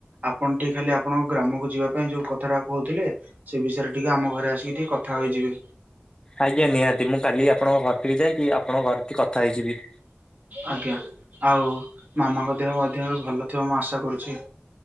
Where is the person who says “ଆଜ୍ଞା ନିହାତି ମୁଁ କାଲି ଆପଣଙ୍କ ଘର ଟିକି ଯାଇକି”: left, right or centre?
Left